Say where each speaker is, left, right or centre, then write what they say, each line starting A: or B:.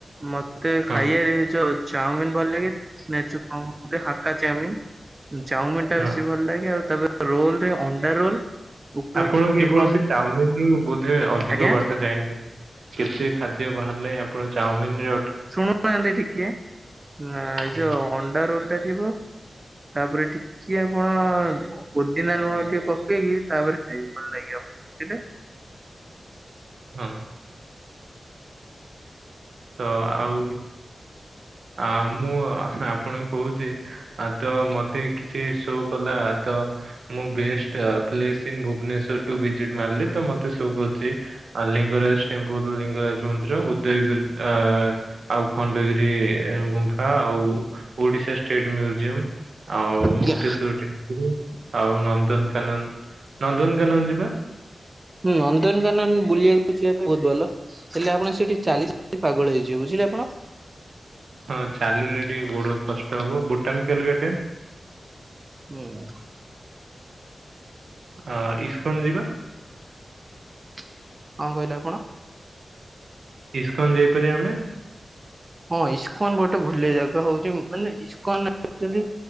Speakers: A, on the right; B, on the right.
A: ମତେ ଖାଇବାରେ
B: ହଁ
A: ଯୋଉ ଚାଉମିନ ଭଲ ଲାଗେ। ନଚୁ କେ ହାକା ଚ୍ୟାମିନ୍ <unintelligible> ଚାଉମିନ ଟା
B: ହଁ
A: ବେଶୀ ଭଲ ଲାଗେ ଆଉ ତାପରେ ରୋଲ ଅଣ୍ଡା ରୋଲ ଉପରୁ
B: ଆପଣ
A: ଟିକେ
B: କେବଳ
A: କଣ
B: ସେ
A: ପଡେ-
B: ଚାଉମିନ ରୁ ବୋଧେ ଅଧିକ
A: ଆଜ୍ଞା
B: ବାର୍ଷା ଯାଇନହା କେତେ ଖାଦ୍ୟ ବାହାରିଲେ ଆପଣ ଚାଉମିନ ରେ
A: ଶୁଣୁନାହାନ୍ତି ଟିକେ ଏ
B: ହୁଁ,
A: ଯୋଉ ଅଣ୍ଡା ରୋଲ ଟା ଥିବ ତାପରେ ଟିକେ ଆପଣ ପୋଦିନା ଲୁଣ ଟିକେ ପକେଇକି ତାପରେ ଖାଇବେ ଭଲ ଲାଗିବ ବୁଝିଲେ।
B: ହଁ। ତ ଆଉ ଆ ମୁଁ ଆପଣଙ୍କୁ କହୁଚି ଆ ତ ମତେ କିଛି ଶୋ କଲା ତ ମୁଁ best place in Bhubaneswar to visit ମାରିଲି ତ ମତେ ଶୋ କରୁଚି ଅ ଲିଙ୍ଗରାଜ ଟେମ୍ପଲ ଲିଙ୍ଗରାଜ ମନ୍ଦିର ଉଦ୍ୟୟଗୁରି ଅ ଆଉ ଖଣ୍ଡଗିରି ଗୁମ୍ଫା ଆଉ ଓଡିଶା ଷ୍ଟେଟ୍ ମ୍ୟୁଜିୟମ୍ ଆଉ
A: ଆଜ୍ଞା
B: ମୁକ୍ତିେଶ୍ୱର <unintelligible> ଆଉ ନନ୍ଦନକାନନ ନନ୍ଦନକାନନ ଯିବା।
A: ହୁଁ ଅନ୍ଦନକାନ ବୁଲିବାକୁ ଯିବା ବହୁତ ଭଲ। ହେଲେ ଆପଣ ସେଇଠି ଚାଲି ଚାଲି ପାଗଳ ହେଇଯିବେ ବୁଝିଲେ ଆପଣ।
B: ହଁ ଚାଲିଲେ ଟିକେ ଗୋଡ କଷ୍ଟ ହବ ଭୁଟାନ କାଲ ଗାର୍ଡେନ
A: ହୁଁ।
B: ଆ ଇସ୍କନ ଯିବା।
A: କଁ କହିଲେ ଆପଣ?
B: ଇସ୍କନ ଯାଇପାରିବା ଆମେ?
A: ହଁ ଇସ୍କନ ଗୋଟେ ଭଲ ଜାଗା ହଉଚି ମାନେ ଇସ୍କନ ଆକଚୁଆଲି।